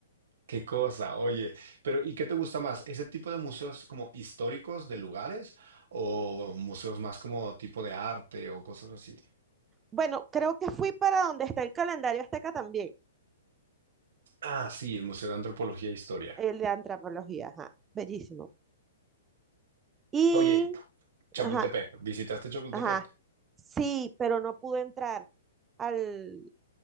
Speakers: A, on the right; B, on the right.
A: Qué cosa, oye. Pero ¿y qué te gusta más? ¿Ese tipo de museos como históricos de lugares o museos más como tipo de arte o cosas así?
B: Bueno, creo que fui para donde está el calendario azteca también,
A: Ah, sí, el Museo de Antropología e Historia.
B: el de antropología, ajá, bellísimo. Y,
A: Oye, Chapultepec,
B: ajá,
A: ¿visitaste Chapultepec?
B: ajá, sí, pero no pude entrar al,